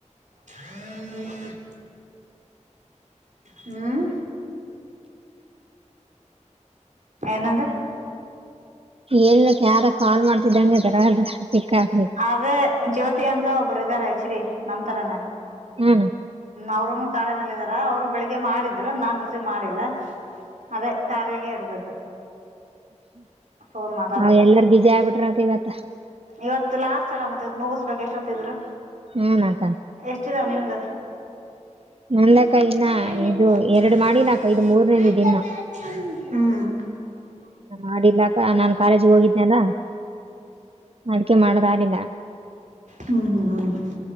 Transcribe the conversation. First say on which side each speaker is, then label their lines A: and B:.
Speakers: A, on the right (about 75°); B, on the right (about 50°).
A: <unintelligible> ಹ್ಮ್ ಏನಂದೆ.
B: ಎನಿಲ್ಲ ಯಾರ ಕಾಲ್ ಮಾಡ್ತಿದ್ದಂಗೆ ತರ ದರ ಪಿಕ್ ಆಗ್ಬೇಕು.
A: ಅದೇ ಜ್ಯೋತಿ ಅಂತ ಒಬ್ರು ಇದಾರೆ ಹೆಚ್ಡಿ ನಮ್ನಂತರನೇ.
B: ಹ್ಮ್
A: ಅವ್ರನು ಕಾರಾರ್ನಲ್ಲ ಇದಿದಾರ ಅವ್ರು ಬೆಳಿಗ್ಗೆ ಮಾಡಿದ್ರು ನಾನ್ ರಸೀವ್ ಮಾಡಿಲ್ಲ. ಅದೇ ಕಾರ್ಯಾಗ ಇರ್ಬೇಕು ಫೋನ್ ಮಾತಾಡಕ್ಕೆ
B: ್ಮ ಎಲ್ಲಾರ ಬಿೀಜಿ ಆಗ್ಬಿಟ್ರಕ ಇವತ್ತ
A: ಇವತ್ತು ಲಾಸ್ಟ್ ಅಲ್ಲ ಮತ್ತೆ ಇವತ್ ಮುಗಿಸ್ಬೇಕಕ್ ಎಷ್ಟೊತ್ತಿದ್ರು
B: ಹ್ಮನ್ಕ
A: ಎಷ್ಟಿದಾವ ನಿಮ್ದ? ಹ್ಮ
B: ನಂದಕ್ಕ ಇನ್ನ ಇದು ಎರಡ್ ಮಾಡಿನಾಕ ಇದು ಮೂರನೇದು ಇದಿನ್ನ ಮಾಡಿಲ್ಲ ನಾನ್ ಕಾಲೇಜ್ ಹೋಗಿದನಲ್ಲ ಅದಕೆ ಮಾಡಕೆ ಆಗಿಲ್ಲ
A: ಹ್ಮ್ ಹ್ಮ್ ಹ್ಮ್